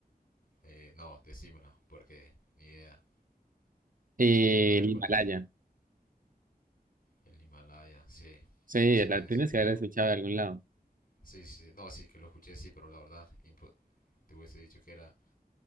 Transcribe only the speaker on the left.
eh, no, decímela, porque ni idea.
A ver
cuál
es. El Himalaya, sí,
sí
tiene
sentido.
Sí, sí, no, sí que lo escuché, sí, pero la verdad, impo- te hubiese dicho que era